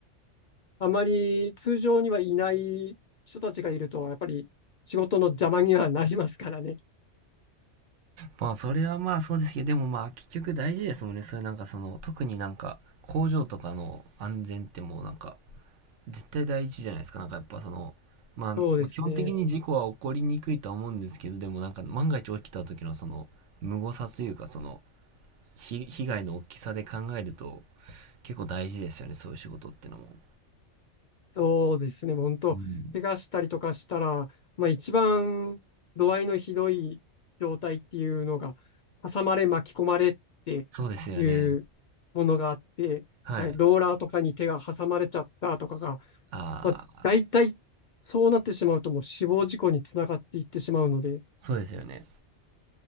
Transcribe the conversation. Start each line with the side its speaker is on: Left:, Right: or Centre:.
Left: あまり通常にはいない人たちがいると、やっぱり仕事の邪魔にはなりますからね。
Right: まあ、それはまあそうですけど、でもまあ結局大事ですもんね。それなんかその、特になんか工場とかの安全ってもうなんか、絶対第一じゃないですか。なんかやっぱその、まあ、
Left: そうですね。
Right: まあ基本的に事故は起こりにくいとは思うんですけど、でもなんか万が一起きた時のその、無誤差というかその、ひ被害の大きさで考えると結構大事ですよね。そういう仕事ってのも。
Left: そうですね。本当、
Right: うん。
Left: 怪我したりとかしたら、まあ一番度合いのひどい状態っていうのが、挟まれ巻き込まれっていうものがあって、
Right: そうですよね。はい。
Left: はい、ローラーとかに手が挟まれちゃったとかが
Right: ああ、
Left: まあ、大体、そうなってしまうともう死亡事故につながっていってしまうので、
Right: そうですよね。